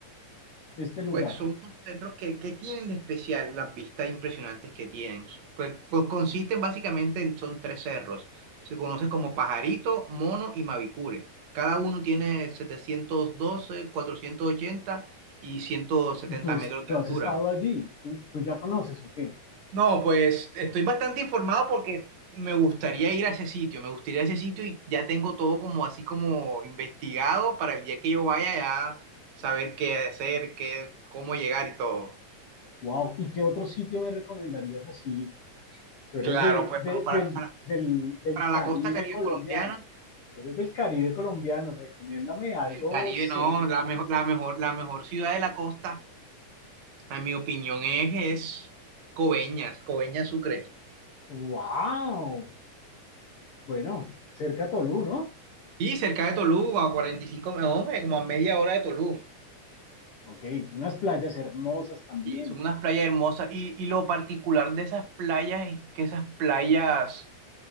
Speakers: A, on the left; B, on the right.
A: este lugar?
B: Pues son unos cerros que, que tienen de especial las vistas impresionantes que tienen. Pues, pues consisten básicamente en, son tres cerros. Se conocen como Pajarito, Mono y Mavicure. Cada uno tiene setecientos doce cuatrocientos ochenta y ciento setenta
A: ¿Y tú, es-
B: metros
A: tú
B: de
A: has
B: altura.
A: estado allí? ¿Tú, tú ya conoces o qué?
B: No, pues estoy bastante informado porque me gustaría ir a ese sitio, me gustaría ir a ese sitio y ya tengo todo como así como investigado para el día que yo vaya ya saber qué hacer, qué, cómo llegar y todo.
A: Wow. ¿Y qué otro sitio me recomendarías así? Tú eres
B: Claro,
A: de,
B: pues
A: de-
B: bueno, para,
A: del,
B: para,
A: del, del
B: para
A: Caribe
B: la costa Caribe
A: colombiano.
B: colombiana,
A: Tú eres del Caribe colombiano. Recomiéndame algo.
B: el Caribe
A: Se...
B: no, la mejor, la mejor, la mejor ciudad de la costa, en mi opinión es, es Coveñas, Coveñas Sucre.
A: Wow. Bueno, cerca a Tolú, ¿no?
B: Sí, cerca de Tolú, a 45, no, hombre, como a media hora de Tolú.
A: Ok, unas playas hermosas también.
B: Y son unas playas hermosas. Y, y lo particular de esas playas es que esas playas